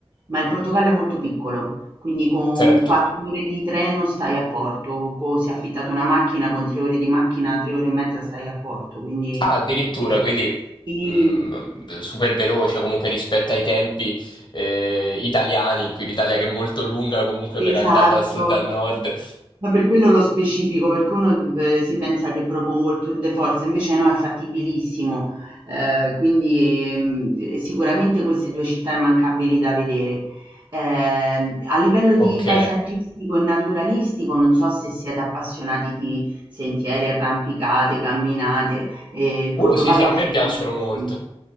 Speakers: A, on the right; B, on the left.
A: ma il Portogallo è molto piccolo. Quindi con
B: Certo.
A: 4 ore di treno stai a Porto, co se affittate una macchina con 3 ore di macchina, 3 ore e mezza stai a Porto, quindi
B: Ah, addirittura,
A: ehm
B: quindi
A: sì,
B: mm, super veloce comunque rispetto ai tempi eh, italiani, in cui l'Italia che è molto lunga comunque
A: esatto.
B: per andare da sud a nord.
A: Ma per quello lo specifico, perché uno eh, si pensa che propongo il tour de force, invece no, è fattibilissimo. Eh, quindi ehm, eh, sicuramente queste due città immancabili da vedere. Eh, a livello
B: Ok.
A: di paesaggistico e naturalistico, non so se siete appassionati di sentieri, arrampicate, camminate, eh, il
B: Uh,
A: Portogallo
B: sì, sì, a
A: offre
B: me piacciono
A: tantissimo.
B: molto.